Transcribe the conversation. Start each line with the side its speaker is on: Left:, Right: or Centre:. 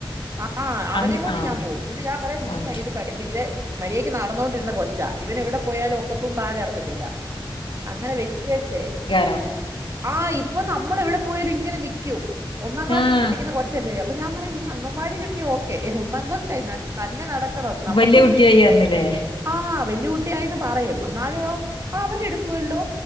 Right: ആ അവനെ
Left: അങ്
Right: കൊണ്ട്
Left: ആഹ്
Right: ഞാൻ പോം എന്നിട്ട് ഞാൻ പറയും നീയാ
Left: ആഹ്
Right: ഇത് പഠിപ്പി ച്ച മര്യാദക്ക് നടന്നുകൊണ്ടിരുന്ന കൊ ച്ച ഇവന് എവിടെ പോയാലും ഒക്കത്തുന്ന് താഴെ ഇറക്കത്തില്ല അങ്ങനെ വെച്ച് വെച്ചേ
Left: ആ <unintelligible>
Right: ആ ഇപ്പൊ നമ്മള് എവിടെ പോയാലും ഇങ്ങനെ നിക്കും ഒന്നാം ക്ലാസ്സിൽ
Left: ആഹ്
Right: പഠിക്കുന്ന കൊച്ച അപ്പൊ ഞാൻ പറയും നീ അങ്കൻവാടിയിലൊക്കെ ഓക്കെ ഒന്നാം ക്ലാസ്സായി തന്നെ നടക്കണം നമുക്കും
Left: വല്യ കുട്ടിയായി പറഞ്ഞില്ലേ
Right: ആഹ് വെല്യ കുട്ടിയായിന്ന് പറയും എന്നാലും അവൻ എടുക്കുവല്ലോ